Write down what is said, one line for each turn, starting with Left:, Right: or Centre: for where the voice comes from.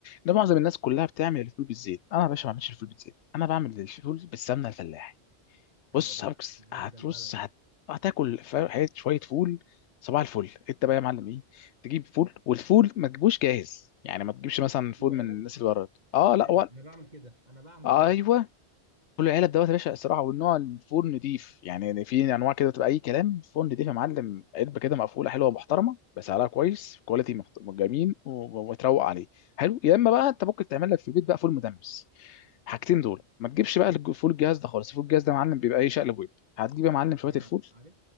Left: ده معظم الناس كلها بتعمل الفول بالزيت انا يا باشا ما بعملش الفول بالزيت انا بعمل الفول بالسمنه الفلاح
Right: ايوه
Left: بص
Right: بقى
Left: هبص
Right: الزبده
Left: هتبص
Right: البلدي
Left: هت... هتاكل ف- حية شوية فول صباح الفل انت بقى يا معلم ايه تجيب فول والفول ما تجيبوش جاهز يعني ما تجيبش مثلا
Right: يجيبوا
Left: فول من
Right: علب
Left: الناس اللي بره اه
Right: علب
Left: لا ولا
Right: انا بعمل كده انا بعمل
Left: ايوه
Right: كده
Left: كل العلب دوت يا باشا الصراحه والنوع الفول نضيف يعني في انواع كده تبقى اي كلام فول نضيف يا معلم علبه كده مقفوله حلوه محترمه بسعرها كويس كواليتي مخت- جميل و- ومتروق عليه حلو يا اما بقى انت ممكن تعمل لك في البيت بقى فول مدمس حاجتين دول ما تجيبش بقى الج- فول الجهاز ده خالص فول الجهاز ده يا معلم بيبقى ايه شقلب وقلب هتجيب يا معلم شويه
Right: انا
Left: الفول
Right: عارف